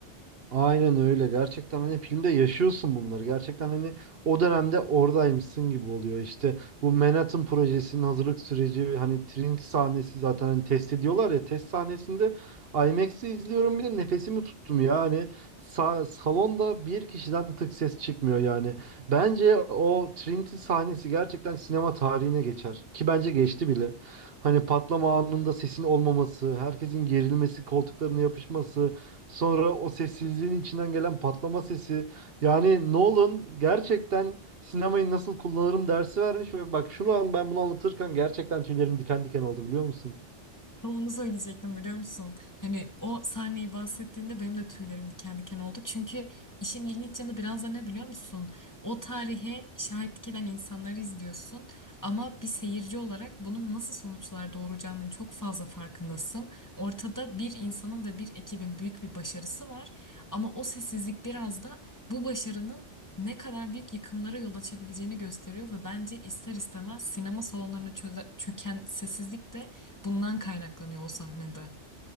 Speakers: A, on the right; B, on the left.
A: Aynen öyle. Gerçekten hani filmde yaşıyorsun bunları. Gerçekten hani o dönemde oradaymışsın gibi oluyor. İşte bu Manhattan projesinin hazırlık süreci hani Trinity sahnesi zaten hani test ediyorlar ya test sahnesinde IMAX'te izliyorum bir de nefesimi tuttum ya. Hani sa- salonda bir kişiden tık ses çıkmıyor yani. Bence o Trinity sahnesi gerçekten sinema tarihine geçer. Ki bence geçti bile. Hani patlama anında sesin olmaması, herkesin gerilmesi, koltuklarına yapışması Sonra o sessizliğin içinden gelen patlama sesi. Yani Nolan gerçekten sinemayı nasıl kullanırım dersi vermiş ve bak şu an ben bunu anlatırken gerçekten tüylerim diken diken oldu biliyor musun?
B: Tam onu söyleyecektim biliyor musun? Hani o sahneyi bahsettiğinde benim de tüylerim diken diken oldu. Çünkü işin ilginç yanı biraz da ne biliyor musun? O tarihe şahitlik eden insanları izliyorsun. Ama bir seyirci olarak bunun nasıl sonuçlar doğuracağının çok fazla farkındasın. Ortada bir insanın ve bir ekibin büyük bir başarısı var. Ama o sessizlik biraz da bu başarının ne kadar büyük yıkımlara yol açabileceğini gösteriyor ve bence ister istemez sinema salonlarına çöze- çöken sessizlik de bundan kaynaklanıyor o sahnede.